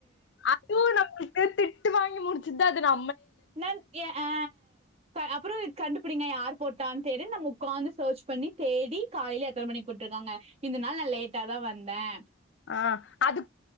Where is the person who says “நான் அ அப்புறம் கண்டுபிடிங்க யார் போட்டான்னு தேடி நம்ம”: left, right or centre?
Right